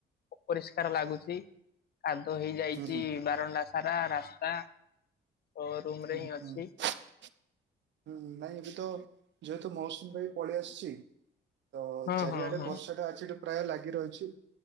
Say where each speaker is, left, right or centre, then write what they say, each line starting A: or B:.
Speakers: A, on the left; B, on the right.
A: ଅପରିଷ୍କାର ଲାଗୁଚି। କାଦୁଅ ହେଇଯାଇଚି
B: ହୁଁ ହୁଁ।
A: ବାରଣ୍ଡା ସାରା ରାସ୍ତା। ଓ ରୁମ ରେ
B: ହୁଁ ହୁଁ।
A: ହିଁ ଅଛି
B: ହୁଁ ନାଇଁ ଏବେ ତ ଯେହେତୁ ମୌସୁମୀ ଭାଇ ପଳେଇ ଆସିଚି। ତ
A: ହଁ
B: ଚାରିଆଡେ
A: ହଁ ହଁ
B: ବର୍ଷା ଟା ଅଛି ପ୍ରାୟ ଲାଗି ରହିଛି।